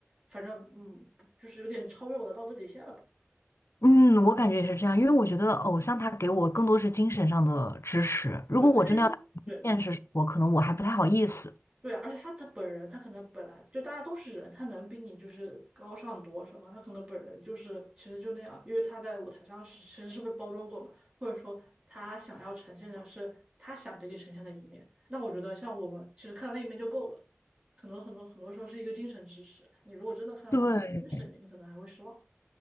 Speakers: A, on the right; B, on the left.
A: 反正嗯，就是有点超越我的道德底线了吧？
B: 嗯，我感觉也是这样，因为我觉得偶像他给我更多是精神上的支持。如果我真的要打入现实生活，
A: 对，而且因为对，
B: 可能我还不太好意思。
A: 对啊而且他他本人，他可能本来就大家都是人，他能比你就是高尚多少呢？他可能本人就是其实就那样，因为他在舞台上是其实是被包装过嘛，或者说他想要呈现的是他想给你呈现的一面。那我觉得像我们其实看到那一面就够了，很多很多很多时候是一个精神支持。你如果真的看到他本人真实的一面，
B: 对，
A: 你可能还会失望。